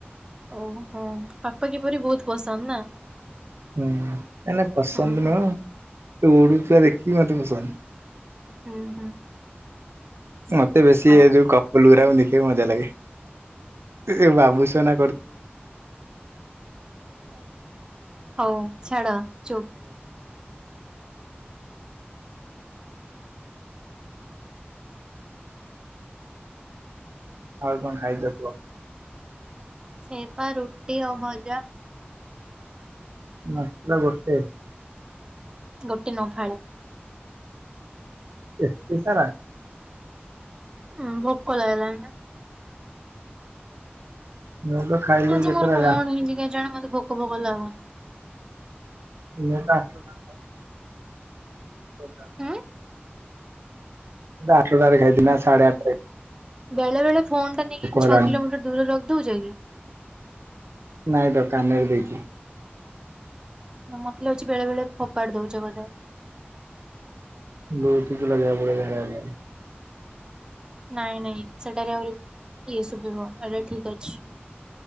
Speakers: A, on the right (about 20°); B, on the right (about 90°).
A: ଅଉ ହଁ! ପାପାକି ପରୀ ବହୁତ୍ ପସନ୍ଦ୍ ନା?
B: ହୁଁ! ନାଇଁ ପସନ୍ଦ
A: ହୁଁ ହୁଁ
B: ନୁହଁ, ଉଡୁଥିବା ଦେଖିକି ମତେ ପସନ୍ଦ୍।
A: ହୁଁ ହୁଁ।
B: ମତେ ବେଶୀ
A: ହଉ
B: ଏ ଯଉ କପୁଲୁ ଗୁରାକୁ ଦେଖିକି ମଜା ଲାଗେ। ବାବୁ, ସୋନା <inaudible> <inaudible>
A: ହଉ ଛାଡ ଚୁପ୍।
B: ଆଉ କ'ଣ ଖାଇଚ କୁଅ?
A: ସେପା ରୁଟି ଆଉ ଭଜା।
B: ମାତ୍ର ଗୋଟେ।
A: <inaudible>
B: ଏତେ ସାରା
A: ଉଁ ଭୋକ ଲାଗିଲାଣି ନା।
B: ମୁଁ ତ ଖାଇଲି
A: ଆଜି
B: କେତେଟା
A: ମୋର କ'ଣ
B: ରା
A: ହେଇଚି କେଜାଣି? ମତେ ଭୋକ ଫୋକ ଲାଗୁନି।
B: <inaudible> ସେ
A: ହୁଁ
B: ମୁଁ, ତ ଆଠଟା ରେ ଖାଇଥି-ନା ସାଢେ ଆଠ୍ ରେ
A: ବେଳେ ବେଳେ ଫୋନ୍‌ ଟା ନେଇକି,
B: ହେଲାଣି।
A: ଛଅ କିଲୋମିଟର ଦୂରରେ ର--ଦଉଚ କି?
B: ନାଇଁ ତ କାନେରେ ଦେଇଚି।
A: ମତେ ଲାଗୁଚି ବେଳେ ବେଳେ ଫୋପାଡ଼ି ଦଉଚ ବଧେ।
B: <inaudible>
A: ନାଇଁ ନାଇଁ ସେଟାରେ ଆହୁରି-----ଏ ଶୁଭିବ, ଏଟା ଠିକ୍ ଅଛି।